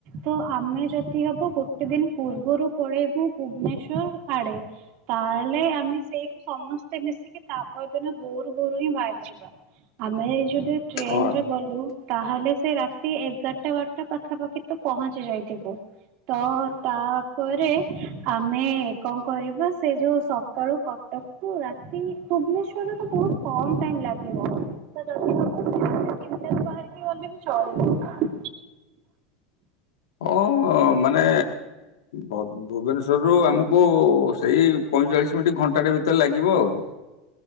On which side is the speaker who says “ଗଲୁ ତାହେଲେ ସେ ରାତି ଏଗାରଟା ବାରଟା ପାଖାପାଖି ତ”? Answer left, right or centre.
Right